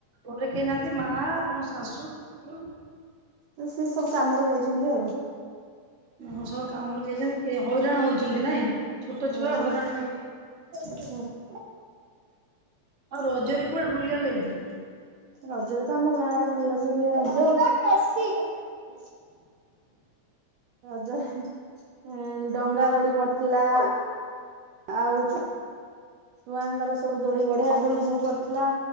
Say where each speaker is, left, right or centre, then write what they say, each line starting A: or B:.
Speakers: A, on the right; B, on the right.
A: ଘରେ କେହି ନାହାନ୍ତି ମା ଆପଣ ଶାଶୁ? ଶ୍ୱଶୁର
B: ଅଉ ସିଏ ସବୁ କାମରେ ଯାଇଛନ୍ତି ଆଉ।
A: ଓ ହଁ ସବୁ କାମରେ ଯାଇଛନ୍ତି କି ହଇରାଣ ହଉଛନ୍ତି ନାଇଁ? ଛୋଟ
B: ହଁ
A: ଛୁଆ
B: ବା
A: ହଇରାଣ କର
B: ଏଠି
A: ଆଉ ରଜରେ କୁଆଡେ ବୁଲିବାକୁ ଯାଇଥିଲେ?
B: ରଜରେ ତ ଆମ ଗାଁ ରେ ଭଲ ସେ ହୁଏ ରଜ। ରଜରେ ହେ ଡଙ୍ଗା ଦୋଳି ପଡିଥିଲା। ଆଉ ଛୁଆଙ୍କର ସବୁ ଦୋଳି ବଢିଆ ଦୋଳି ସବୁ ପଡିଥିଲା।